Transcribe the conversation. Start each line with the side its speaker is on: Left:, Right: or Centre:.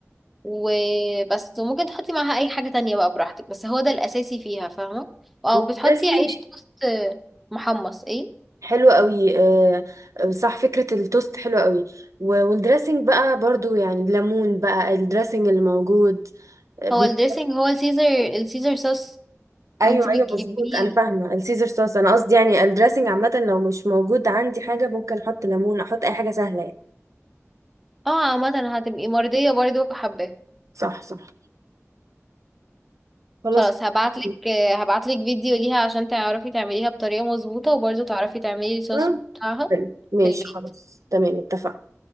Centre: وبس وممكن تحطي معاها اي حاجة تانية بقى براحتك بس هو ده الاساسي فيها فاهمة او
Right: والدريسنج
Centre: بتحطي عيش توست محمص ايه
Right: حلو قوي آه آه، صح فكرة التوست حلوة قوي و- والدريسنج بقى برضو يعني الليمون بقى الدريسنج اللي موجود آه، بيبقى
Centre: هو الدريسنج هو السيزر السيزر صوص
Right: ايوه
Centre: اللي انت بتجيبيه
Right: ايوه مظبوط انا فاهمه السيزر صوص انا قصدي يعني الدريسنج عامه لو مش موجود عندي حاجه ممكن احط ليمون احط اي حاجه سهله يعني
Centre: اه عامة هتبقي مرضية برضه وحباه
Right: صح صح خلاص
Centre: خلاص
Right: <laughs>
Centre: هبعتلك هبعتلك فيديو ليها عشان تعرفي تعمليها بطريقة مظبوطة وبرضه تعرفي تعملي الصوص
Right: أيوة.
Centre: بتاعها
Right: حلو. ماشي
Centre: في البيت
Right: خلاص تمام اتفقنا